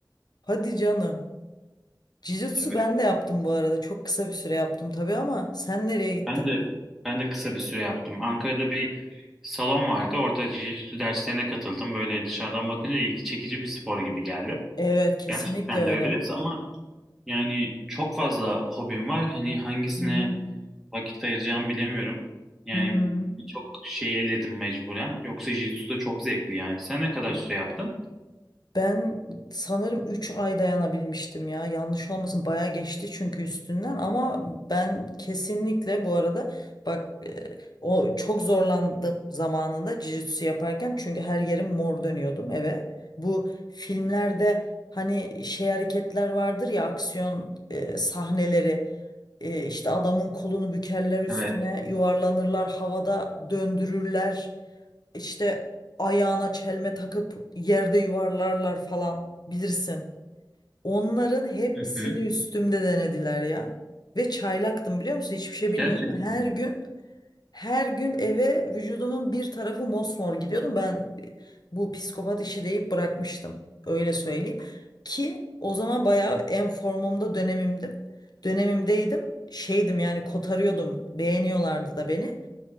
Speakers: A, on the left (about 65°); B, in the centre.
A: Hadi canım. Jiu-jitsu
B: Evet.
A: ben de yaptım bu arada. Çok kısa bir süre yaptım tabii ama sen nereye gittin?
B: Ben de ben de kısa bir süre yaptım. Ankara'da bir salon vardı. Orada jiu-jitsu derslerine katıldım. Böyle dışarıdan bakınca ilgi çekici bir spor gibi geldi.
A: Evet, kesinlikle
B: Gerçekten
A: öyle.
B: de öyle ama yani çok fazla hobim var. Hani hangisine
A: Hı hı.
B: vakit ayıracağımı bilemiyorum. Yani
A: Hı hı.
B: birçok şeyi eledim mecburen. Yoksa jiu-jitsu da çok zevkli yani. Sen ne kadar süre yaptın?
A: Ben sanırım 3 ay dayanabilmiştim ya. Yanlış olmasın bayağı geçti çünkü üstünden ama ben kesinlikle bu arada bak e, o çok zorlandım zamanında jiu-jitsu yaparken çünkü her yerim mor dönüyordum eve. Bu filmlerde hani şey hareketler vardır ya aksiyon e, sahneleri e, işte adamın kolunu bükerler üstüne
B: Evet.
A: yuvarlanırlar havada döndürürler. İşte ayağına çelme takıp yerde yuvarlarlar falan bilirsin. Onların hepsini
B: Hı hı.
A: üstümde denediler ya. Ve çaylaktım biliyor musun? Hiçbir şey bilmiyordum.
B: Gerçekten.
A: Her
B: mi?
A: gün her gün eve vücudumun bir tarafı mosmor gidiyordum. Ben e, bu psikopat işi deyip bırakmıştım. Öyle söyleyeyim. Ki o zaman bayağı en formumda dönemimdim. Dönemimdeydim. Şeydim yani kotarıyordum. Beğeniyorlardı da beni.